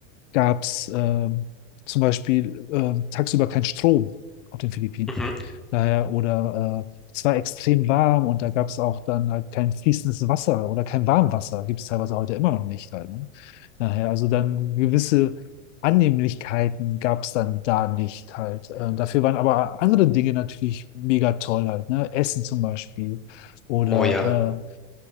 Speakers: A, on the left (about 65°); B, in the centre.
A: gab es ähm, zum Beispiel ähm, tagsüber keinen Strom auf den Philippinen.
B: Mhm.
A: Daher, oder äh, es war extrem warm und da gab es auch dann halt kein fließendes Wasser oder kein Warmwasser. Gibt es teilweise heute immer noch nicht halt, ne? Daher, also dann gewisse Annehmlichkeiten gab es dann da nicht halt. Ähm, dafür waren aber andere Dinge natürlich mega toll halt, ne? Essen zum Beispiel oder
B: Oh ja.
A: äh,